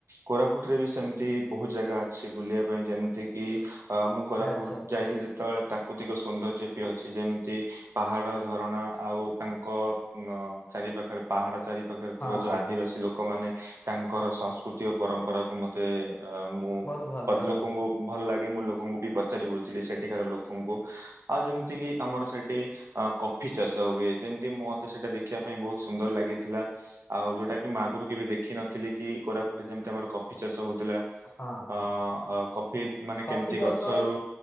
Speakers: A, on the right; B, on the left.
A: କୋରାପୁଟରେ ବି ସେମିତି ବହୁତ ଜାଗା ଅଛି ବୁଲିବା ପାଇଁ ଯେମିତି କିି ମୁଁ କୋରାପୁର
B: ଆଚ୍ଛା ଆଚ୍ଛା
A: ଯାଇଥିଲି ଯେ ଯେତେବେଳେ ପ୍ରାକୃତିକ ସୌନ୍ଦର୍ଯ୍ୟ ବି ଅଛି ଯେମିତି ପାହାଡ଼ ଝରଣା ଆଉ ତାଙ୍କ ଅ ଚାରି ପାଖରେ ପାହାଡ ଚାରି ପାଖରେ
B: ହଁ
A: ଥିବା ଯୋଉ ଆଦିବାସୀ
B: ହଁ
A: ଲୋକ ଲୋକମାନୋନ ତାଙ୍କର ସଂସ୍କୃତି ଓ ପରମ୍ପରାକୁ ମତେ ଅ ମୁଁ
B: ବହୁତ ଭଲ ଲାଗେ
A: ଲୋକଙ୍କୁ
B: ଆଉ
A: ଭଲ ଲାଗେ ମୁଁ ଲୋକଙ୍କୁ ବି ପଚାରି ବୁଝିଲି ସେଠିକାର ଲୋକଙ୍କୁ। ଆଉ ଯେମିତି କି ଆମର ସେଠି ଅ କଫି ଚାଷ ହୁଏ ଯେମିତି ମତେ ସେଇଟା ଦେଖିବା ଏଁ, ବହୁତ ସୁନ୍ଦର ଲାଗିଥିଲା। ଆଉ ଯୋଉଟା କି ଆଗରୁ କେବେ ଦେଖିନଥିଲି କି କୋରାପୁଟରେ ଯେମିତି ଆମର କଫି ଚାଷ ହଉଥିଲା। ଅ,
B: ହଁ
A: ଅ, କଫି ମାନେ
B: କଫି
A: କେମତି
B: ଚାଷ
A: ଗଛରୁ